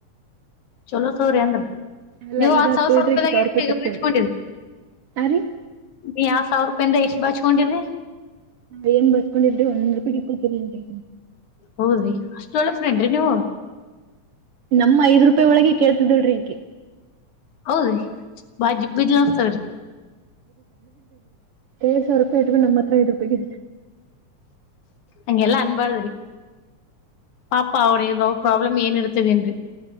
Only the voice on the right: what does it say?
ಅಲ್ಲ
ಇದ್
ಹತ್ತು
ಇದ್ರೆ
ಆಕಿ ಸಾವಿರ ರೂಪಾಯಿ ತರ್ತೇಳ್ರಿ
ಆ ರೀ
ನಾವ್ ಏನ್ ಬರ್ಕೊಂದ್ರಿ ಒನ್ ಒನ್ ರೂಪಾಯಿ ಕೀತ್ ಕೋತೀನಿ.
ನಮ್ಮ ಐದ್ ರೂಪಾಯಿ ಒಳಗೆ ಕೇಳ್ತಿದಲ್ೀ ಈಗೆ.
ಏಳು ಸಾವಿರ ರೂಪಾಯಿ ಇಟ್ಕೊಂಡ ನಮ್ಮ ಹತ್ರಇದೆ ಬಿಡಿ.